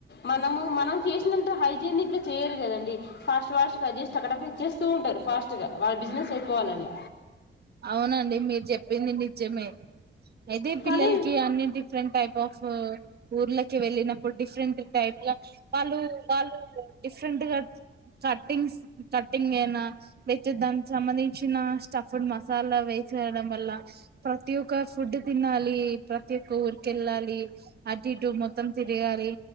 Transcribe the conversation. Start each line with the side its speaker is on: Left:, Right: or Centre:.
Left: మనము మనం చేసినంత హైజీనిక్ గా చెయ్యరు కదండి. ఫాస్ట్ ఫాస్ట్ గా కట్ చేసి టక టక ఇచ్చేస్తూ ఉంటరు ఫాస్ట్ గా వాళ్ళ బిజినెస్ అయిపోవాలని.
Right: అవునండి మీరు చెప్పింది నిజమే <unintelligible> అయితే పిల్లల్కి
Left: కానీ
Right: అన్నీ డిఫరెంట్ టైప్ ఆఫ్ ఊర్ల వెళ్ళినప్పుడు డిఫరెంట్ టైప్ గా వాళ్ళు వాళ్ళు డిఫరెంట్ గా కట్టింగ్స్ కట్టింగ్ ఐనా వెజ్ దానికి సంబంధించిన స్టఫ్ ఫుడ్ మ అలా వేసేయడం వల్ల ప్రతి ఒక ఫుడ్ తినాలి, ప్రతి ఒక్క ఊరికెళ్ళాలి, అటు ఇటు మొత్తం తిరగాలి,